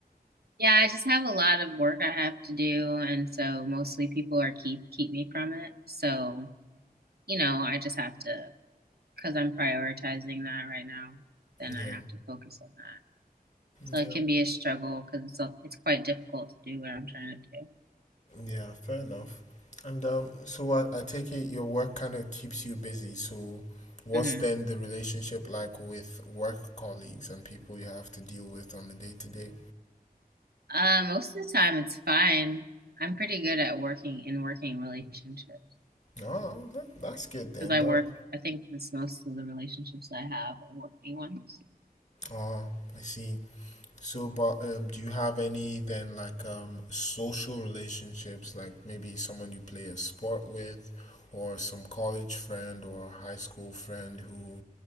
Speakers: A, on the right (about 80°); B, on the left (about 45°).
A: yeah, I just have a lot of work I have to do and so mostly people are keep keep me from it. So, you know, I just have to because I'm prioritizing that right now, then
B: <laughs> yeah
A: I have to focus on that. So
B: yeah
A: it can be a struggle because it's it's quite difficult to do what I'm trying to do.
B: Yeah, fair enough. And um, so I, I take it your work kind of keeps you busy. So what's
A: hmm
B: then the relationship like with work colleagues and people you have to deal with on a day to day?
A: Uh, most of the time, it's fine. I'm pretty good at working in working relationships
B: Oh, that, that's good then.
A: because I
B: That
A: work. I think this most of the relationships I have are working ones.
B: oh, I see. So, but um, do you have any then like um social relationships, like maybe someone you play a sport with, or some college friend or high school friend who